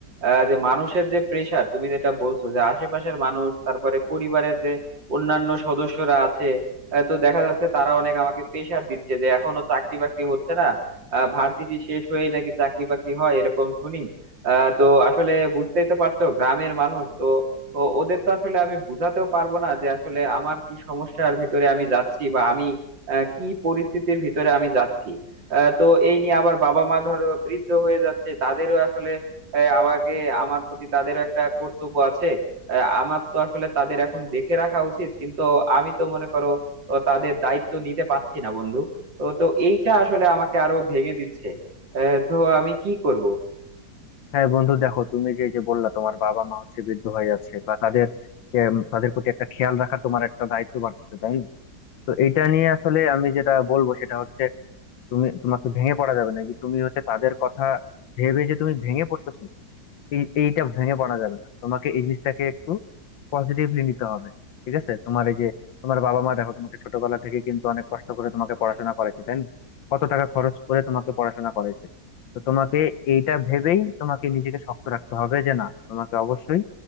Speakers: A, on the right; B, on the left.
A: আহ, যে মানুষের যে প্রেসার তুমি যেটা বলছো যে আশেপাশের মানুষ তারপরে পরিবারের যে অন্যান্য সদস্যরা আছে আহ, তো দেখা যাচ্ছে তারা অনেক আমাকে প্রেসার দিচ্ছে যে এখনো চাকরি বাকরি হচ্ছে না ভার্সিটি শেষ হয়েই নাকি চাকরি বাকরি হয় এরকম শুনি আহ, তো আসলে বুঝতেই তো পারছো গ্রামের মানুষ তো ও- ওদের তো আসলে আমি বুঝাতেও পারবো না যে আসলে আমার কি সমস্যার ভিতরে আমি যাচ্ছি বা আমি আহ, কি পরিস্থিতির ভিতরে আমি যাচ্ছি আহ, তো এই নিয়ে আবার বাবা মা ধরো বৃদ্ধ হয়ে যাচ্ছে তাদেরও আসলে আহ, আমাকে আমার প্রতি তাদেরও একটা কর্তব্য আছে আহ, আমার তো আসলে তাদের এখন দেখে রাখা উচিত কিন্তু আমি তো মনে করো ও, তাদের দায়িত্ব নিতে পারছি না বন্ধু তো তো এইটা আসলে আমাকে আরো ভেঙে দিচ্ছে আহ, তো আমি কি করব
B: হ্যাঁ বন্ধু দেখো তুমি যে যে বললা তোমার বাবা মা হচ্ছে বৃদ্ধ হয়ে যাচ্ছে বা তাদের এম, তাদের প্রতি একটা খেয়াল রাখা তোমার একটা দায়িত্ব বাড়তেছে তাই না তো এইটা নিয়ে আসলে আমি যেটা বলবো সেটা হচ্ছে তুমি তোমাকে ভেঙে পড়া যাবে না যে তুমি হচ্ছে তাদের কথা ভেবে যে তুমি ভেঙে পড়তেছো এই এইটা ভেঙে পড়া যাবে না তোমাকে এই জিনিসটাকে একটু পজিটিভলি নিতে হবে ঠিক আছে তোমার এই যে তোমার বাবা মা দেখো তোমাকে ছোটবেলা থেকে কিন্তু অনেক কষ্ট করে তোমাকে পড়াশোনা করাইছে তাই না কত টাকা খরচ করে তোমাকে পড়াশোনা করাইছে তো তোমাকে এইটা ভেবেই তোমাকে নিজেকে শক্ত রাখতে হবে যে না তোমাকে অবশ্যই